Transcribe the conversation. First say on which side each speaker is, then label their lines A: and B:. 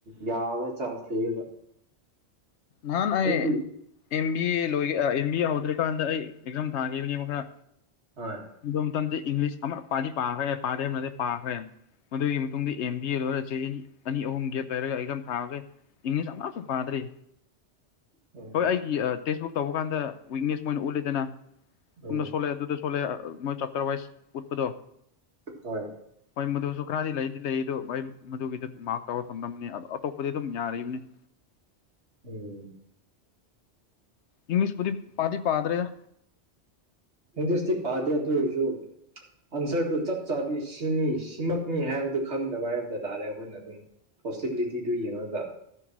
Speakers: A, on the right (about 75°); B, on the left (about 80°).
A: ꯌꯥꯕ ꯆꯥꯟꯁ ꯂꯩꯌꯦꯕ
B: ꯅꯍꯥꯟ ꯑꯩ
A: ꯑꯩꯗꯤ
B: ꯑ‌ꯦꯝꯕꯤ ꯑꯦ ꯂꯣꯏ ꯑꯦ ꯑꯗꯨꯏꯀꯥꯟꯗ ꯑꯩ ꯑꯦꯛꯖꯥꯝ ꯊꯥꯈꯤꯕꯅꯦꯕ ꯈꯔ
A: ꯍꯣꯏ
B: ꯅꯤꯡꯗꯣꯝ ꯃꯇꯝꯗꯤ ꯏꯪꯂꯤꯁ ꯑꯃ ꯄꯗꯤ ꯄꯦ ꯄꯥꯅꯗꯤ ꯄꯥ꯭ꯔꯦ ꯃꯗꯨꯒꯤ ꯃꯇꯨꯡꯗ ꯑꯦꯝ ꯕꯤ ꯑꯦ ꯂꯣꯏꯔ ꯆꯍꯤ ꯑꯅꯤ ꯑꯅꯤ ꯑꯍꯨꯝ ꯒꯦꯞ ꯂꯩꯔꯒ ꯑꯩꯒꯝ ꯊꯥꯒꯦ ꯏꯪꯂꯤꯁ ꯑꯁꯨ ꯄꯥꯗ꯭ꯔꯔꯤ
A: ꯎꯝ
B: ꯍꯣꯏ ꯑꯩꯒꯤ ꯇꯦꯛꯁ ꯕꯨꯛ ꯇꯧꯕ ꯀꯥꯟꯗ ꯋꯤꯛꯅꯦꯁ ꯃꯣꯏꯅ ꯎꯠꯂꯦꯗꯅ ꯁꯣꯝꯗ
A: ꯎꯝ
B: ꯁꯣꯂꯛꯑꯦ ꯑꯗꯨꯗ ꯁꯣꯜꯛꯑꯦ ꯃꯣꯏ ꯆꯥꯞꯇꯔ ꯋꯥꯏꯁ ꯎꯠꯄꯗꯣ
A: ꯍꯣꯏ
B: ꯍꯣꯏ ꯃꯗꯨꯁꯨ ꯈꯔꯗꯤ ꯂꯩꯗꯤ ꯂꯩ ꯑꯗꯨ ꯑꯩ ꯃꯗꯨꯒꯤꯗꯨ ꯃꯥ ꯇꯧꯒ ꯊꯝꯂꯝꯅꯕꯅꯤ ꯑ ꯑꯇꯣꯞꯄꯗꯤ ꯑꯗꯨꯝ ꯌꯥꯔꯤꯕꯅꯤ ꯎꯝ
A: ꯎꯝ
B: ꯌꯃꯤꯁ ꯄꯨꯗꯤ ꯄꯥꯗꯤ ꯄꯥꯗ꯭ꯔꯦꯗ
A: ꯍꯁꯦ ꯄꯥꯗ ꯑꯗꯨꯁꯨ ꯑꯟꯁꯔꯗꯨ ꯆꯞ ꯆꯥꯕꯤ ꯁꯤꯅꯤ ꯁꯤꯃꯛꯅꯤ ꯍꯥꯏꯕꯗꯨ ꯈꯪꯗꯕ ꯍꯥꯏꯕꯗ ꯇꯥꯔꯦ ꯑꯩꯈꯣꯏꯅ ꯑꯗꯨꯝ ꯄꯣꯁꯤꯕꯤꯂꯤꯇꯤꯗꯨ ꯌꯦꯡꯉꯒ